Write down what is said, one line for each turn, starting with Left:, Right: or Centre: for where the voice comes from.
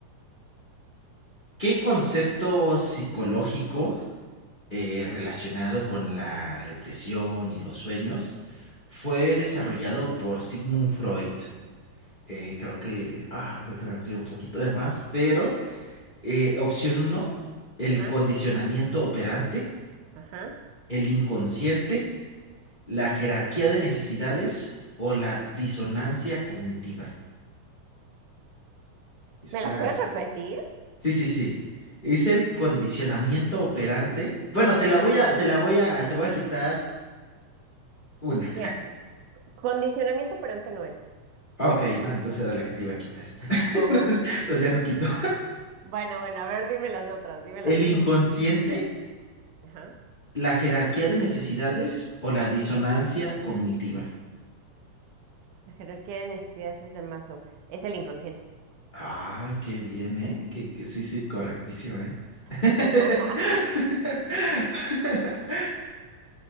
Left: ¿qué concepto psicológico eh, relacionado con la represión y los sueños fue desarrollado por Sigmund Freud? Eh, creo que, ah, creo que me fui un poquito de más, pero eh, opción uno, el
Right: Ajá,
Left: condicionamiento operante.
Right: ajá,
Left: el inconsciente, la jerarquía de necesidades o la disonancia cognitiva. Esa.
Right: ¿Me las puedes repetir?
Left: Sí, sí, sí. Es el condicionamiento operante. Bueno,
Right: ajá.
Left: te la voy a, te la voy a, te voy a quitar una.
Right: Mira, condicionamiento operante no es.
Left: Ok, no, entonces era la que te iba a quitar. <laughs>
Right: Oh,
Left: Entonces ya no quito.
Right: mm, bueno, bueno, a ver, dime las otras, dime las
Left: El inconsciente,
Right: otras. Ajá.
Left: la jerarquía de necesidades o la disonancia
Right: Ujú.
Left: cognitiva.
Right: La jerarquía de necesidades es de Maslow, es el inconsciente.
Left: Ay, qué bien, ¿eh? Que, que sí, sí, correctísimo, ¿eh? <laughs>
Right: <laughs>